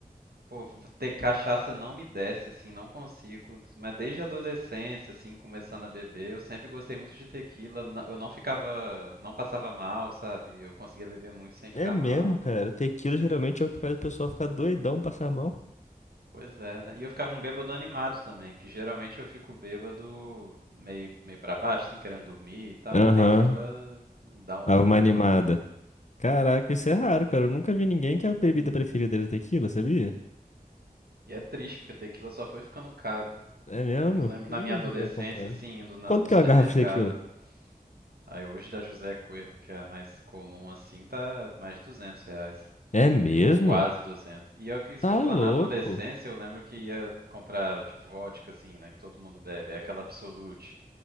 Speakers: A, on the right; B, on the left.
A: Pô, ter cachaça não me desce, assim, não consigo. Mas desde a adolescência, assim, começando a beber, eu sempre gostei muito de tequila. n- Eu não ficava. Não passava mal, sabe? Eu conseguia beber muito sem ficar
B: É mesmo,
A: mal.
B: cara. Tequila geralmente é o que faz o pessoal ficar doidão, passar mal.
A: Pois é, né? E eu ficava um bêbado animado também, que geralmente eu fico bêbado meio, meio para baixo, assim, querendo dormir e tal, mas
B: Aham,
A: tequila dá um
B: dava
A: ânimo
B: uma
A: legal.
B: animada. Caraca, isso é raro, cara. Eu nunca vi ninguém que a bebida preferida dele é tequila, sabia?
A: E é triste, porque tequila só foi ficando caro.
B: É mesmo?
A: Eu lembro na
B: Eu não
A: minha
B: vejo
A: adolescência,
B: ninguém comprando.
A: assim, indo na-
B: Quanto
A: no supermercado.
B: que é uma garrafa de tequila?
A: Aí hoje da José Cuervo, que é a mais comum, assim, tá mais de 200 reais.
B: É mesmo?
A: Ou quase duzentos E é o que- isso
B: Tá
A: que eu ia falar,
B: louco.
A: na adolescência eu lembro que ia comprar, tipo, vodka, assim, né, que todo mundo bebe. É aquela Absolute.